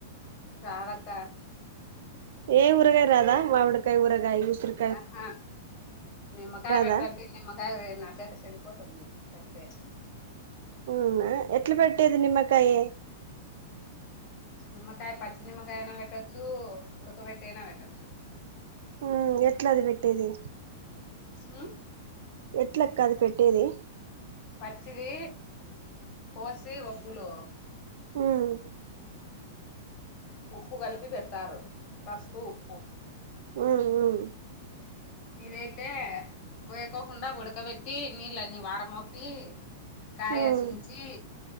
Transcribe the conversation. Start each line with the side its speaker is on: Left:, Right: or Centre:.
Left: రాదక్క
Right: ఏ ఊరగాయా రాదా మామిడికాయ ఊరగాయ ఉసిరి
Left: ఆహా నిమ్మకాయ్
Right: రాదా
Left: పెడతా అంటె నిమ కాదె నా చేత చెడిపోతుంది. పెడితే
Right: అవునా ఎట్ల పెట్టేది నిమ్మకాయ
Left: నిమ్మకాయ పచ్చి నిమ్మకాయనా పెట్టొచ్చు ఉడకబెట్ట అయినా పెట్టొచ్చు
Right: హ్ ఎట్లాది పెట్టేది
Left: హ్
Right: ఎట్లక్క అది పెట్టేది
Left: పచ్చిడి కోసి ఉప్పులో
Right: హ్
Left: ఉప్పు కలిపి పెట్టారు. పసుపు ఉప్పు
Right: హ్ హ్
Left: ఇదైతే కోయకోకుండా ఉడకబెట్టి నీళ్ళన్ని వార మొపి కాయ
Right: ఉమ్
Left: సుంచి